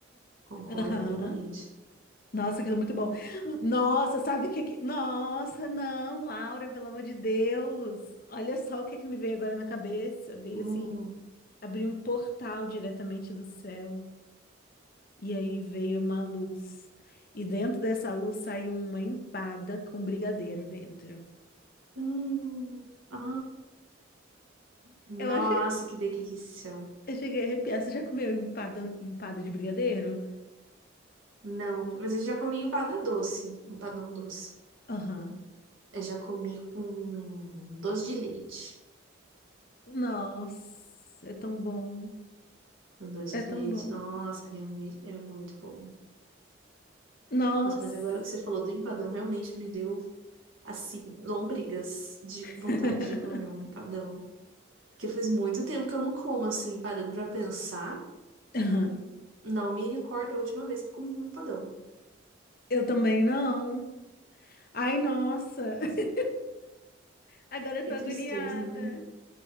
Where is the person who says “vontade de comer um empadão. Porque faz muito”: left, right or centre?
Right